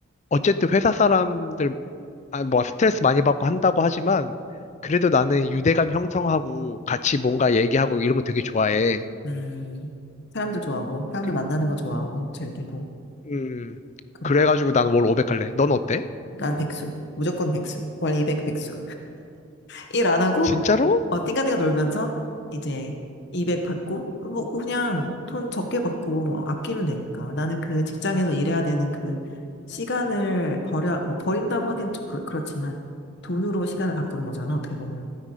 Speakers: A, on the left; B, on the left.
A: 어쨌든 회사 사람들 아, 뭐 스트레스 많이 받고 한다고 하지만 그래도 나는 유대감 형성하고 같이 뭔가 얘기하고 이런 거 되게 좋아해.
B: 음, 사람들 좋아하고, 사람들
A: 그리
B: 만나는 거 좋아하고, 즐기고,
A: 음
B: 그렇고.
A: 그래가지고 난 월 500 할래. 넌 어때?
B: 난 백수. 무조건 백수. 월 200 백수. 일 안 하고,
A: 진짜로?
B: 어, 띵가띵가 놀면서 이제 200 받고, 뭐, 그냥 돈 적게 받고 아끼면 되니까. 나는 그 직장에서 일해야 되는 그 시간을 버려, 뭐, 버린다고 하기엔 좀 그렇- 그렇지만, 돈으로 시간을 바꾸는 거잖아, 어떻게 보면.